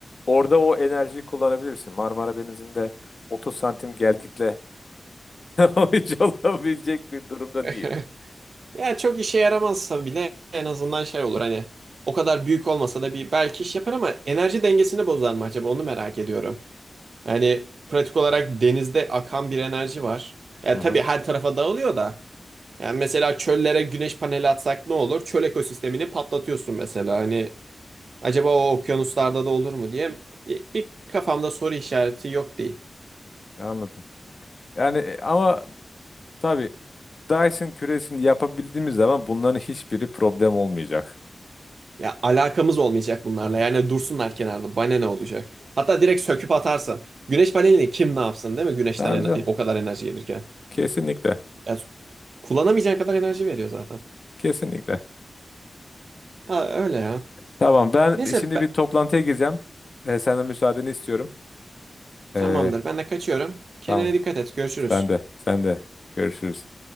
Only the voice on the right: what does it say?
<laughs>
Ya çok işe yaramazsa bile en azından şey olur hani o kadar büyük olmasa da bir belki iş yapar ama enerji dengesini bozar mı acaba onu merak ediyorum. Yani pratik olarak denizde akan bir enerji var. Yani
tabii
her tarafa dağılıyor da. Yani mesela çöllere güneş paneli atsak ne olur? Çöl ekosistemini patlatıyorsun mesela. Hani acaba o okyanuslarda da olur mu diye bir, bir kafamda soru işareti yok değil.
Ya alakamız olmayacak bunlarla.
Yani dursunlar kenarda. Bana ne olacak? Hatta direkt söküp atarsan. Güneş panelini kim ne yapsın değil mi? Güneşten
en-
o kadar enerji gelirken.
Ya kullanamayacağın kadar enerji veriyor zaten.
Ha öyle ya.
Neyse
be-
tamamdır. Ben de kaçıyorum. Kendine
dikkat et. Görüşürüz.